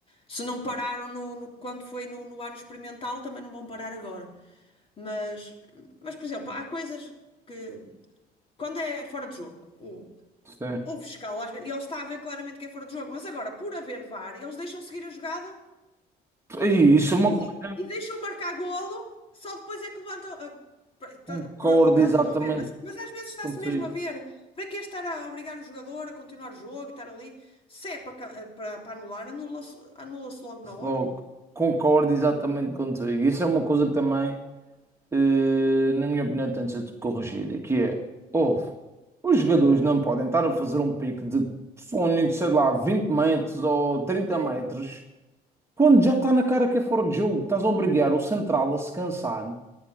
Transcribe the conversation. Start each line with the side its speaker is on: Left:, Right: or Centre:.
Left: se não pararam no, no- quando foi no, no ano experimental, também não vão parar agora. Mas, mas, por exemplo, há coisas que quando é fora de jogo, o,
Right: Sim.
Left: o fiscal, às vezes, ele está a ver claramente que é fora de jogo, mas agora, por haver VAR, eles deixam seguir a jogada
Right: E isso é uma
Left: e,
Right: coisa
Left: e
Right: que
Left: deixam marcar golo, só depois é que levantam. ah, por, tá-
Right: concordo
Left: por- por causa
Right: exatamente
Left: de não haver. Mas, mas às vezes está-se
Right: contigo.
Left: mesmo a ver. Para que é estar a obrigar o jogador a continuar o jogo e estar ali? Se é para, ca- ah, para, para anular, anula-se anula-se logo na hora.
Right: Logo, concordo exatamente contigo. Isso é uma coisa que também, eh, na minha opinião, tem de ser corrigida, que é, ouve, os jogadores não podem estar a fazer um pique de fónico, sei lá, 20 metros ou trinta
Left: Sim,
Right: metros, quando já está na cara que é fora de jogo. Estás a obrigar o central a se cansar,